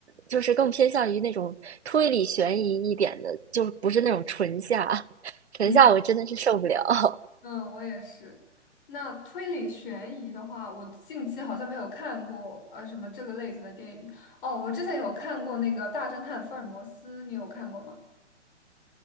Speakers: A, on the right; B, on the left.
A: 就是更偏向于那种推理悬疑一点的，就不是那种纯吓，<laughs> 纯吓我真的是受不了。
B: 嗯。嗯，我也是。那推理悬疑的话，我近期好像没有看过呃什么这个类型的电影。哦，我之前有看过那个《大侦探福尔摩斯》，你有看过吗？